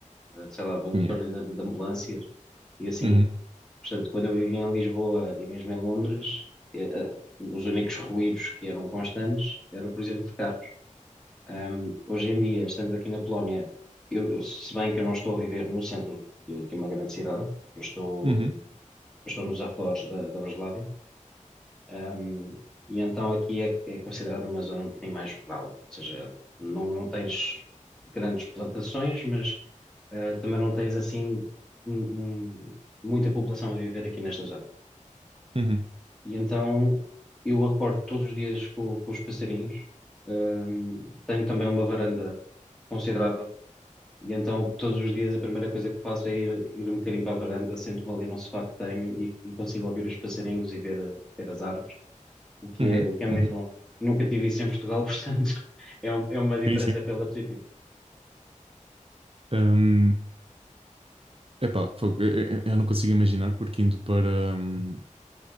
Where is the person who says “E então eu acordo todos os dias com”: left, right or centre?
Centre